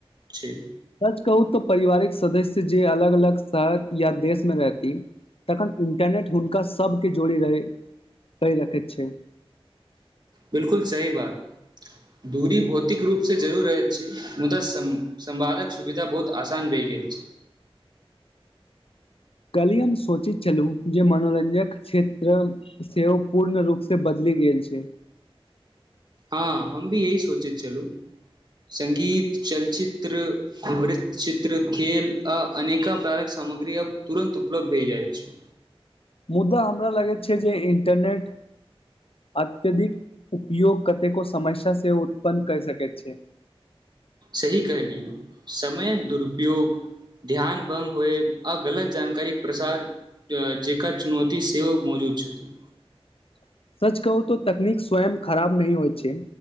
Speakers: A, on the right; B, on the left.
A: छै
B: सच कहू त परारिवारिक सदस्य जे अलग अलग शहर या देशमे रहती तखन इन्टरनेट हुनका सभकेँ जोड़ि रहै क रखैत छै
A: बिलकुल सही बात दूरी भौतिक रूपसँ जरूर रहैत छी मुदा सं संवादक सुविधा बहुत आसान भेल <unintelligible>
B: <inaudible> कलिय हम सोचैत छलूं जे मनोरंजक क्षेत्र सेहो पूर्ण रूपसँ बदल गेल छै
A: हँ हम भी यही सोचैत छलहुँ संगीत चलचित्र वृत्तचित्र खेल आ अनेका प्रारक सामग्री आब तुरन्त उपलब्ध होइ जाइ छै
B: <inaudible> मुदा हमरा लगैत छै जे इन्टरनेट अत्यधिक उपयोग कतेको समस्या से उत्पन्न कय सकैत छै <inaudible>
A: सही कहलियै समयक दुरुपयोग ध्यान भंग होए अ गलत जानकारी प्रसार जेकां चुनौती सेहो मौजूद <unintelligible>
B: <inaudible> सच कहू तऽ तकनीक स्वयं खराब नहि होइ छै